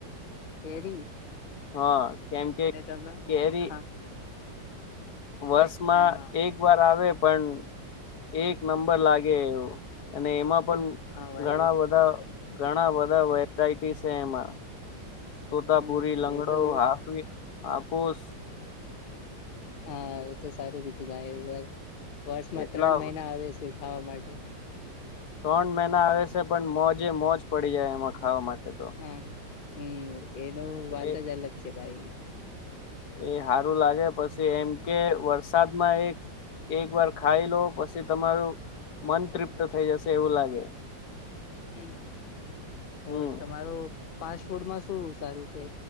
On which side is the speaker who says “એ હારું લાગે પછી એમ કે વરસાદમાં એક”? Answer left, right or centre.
Left